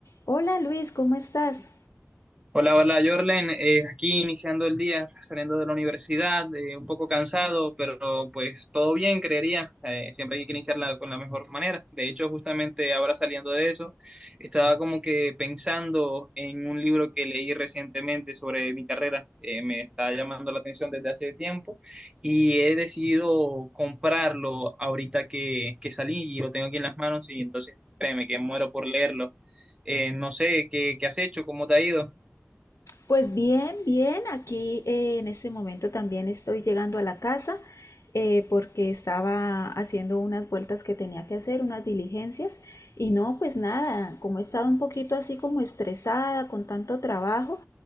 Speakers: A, on the left; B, on the right.
A: Hola Luis, ¿cómo estás?
B: Hola, hola, Jorlen. Eh, aquí iniciando el día, saliendo de la universidad, eh, un poco cansado, pero pues todo bien, creería. Eh, siempre hay que iniciarla con la mejor manera. De hecho, justamente ahora saliendo de eso, estaba como que pensando en un libro que leí recientemente sobre mi carrera. Eh, me está llamando la atención desde hace tiempo y he decidido comprarlo ahorita que, que salí y lo tengo aquí en las manos y entonces créeme que muero por leerlo. Eh, no sé, ¿qué, qué has hecho? ¿Cómo te ha ido?
A: Pues bien, bien, aquí eh, en este momento también estoy llegando a la casa eh, porque estaba haciendo unas vueltas que tenía que hacer, unas diligencias y no, pues nada, como he estado un poquito así como estresada con tanto trabajo,